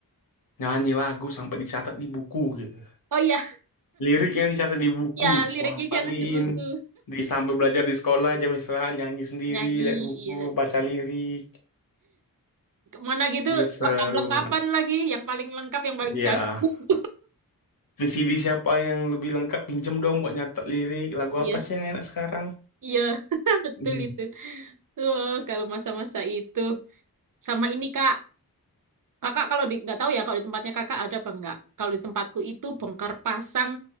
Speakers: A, on the left; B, on the right.
A: nyanyi lagu sampai dicatat di buku gitu
B: Oh iya,
A: liriknya dicatat di buku
B: ya liriknya
A: wah paling
B: jangan di buku.
A: di sambil belajar di sekolah jam istirahat nyanyi sendiri
B: Nyanyi,
A: lihat buku
B: iya.
A: baca lirik
B: Mana gitu
A: itu seru
B: lengkap-lengkapan
A: banget
B: lagi, yang paling lengkap, yang paling
A: ya
B: jago. <laughs>
A: VCD siapa yang lebih lengkap pinjem dong buat nyatat lirik lagu
B: Iya,
A: apa sih yang enak sekarang
B: iya, <laughs> betul
A: Mhm.
B: itu. Wah, kalau masa-masa itu sama ini Kak, Kakak kalau di nggak tahu ya kalau di tempatnya kakak ada apa enggak. Kalau di tempatku itu bongkar pasang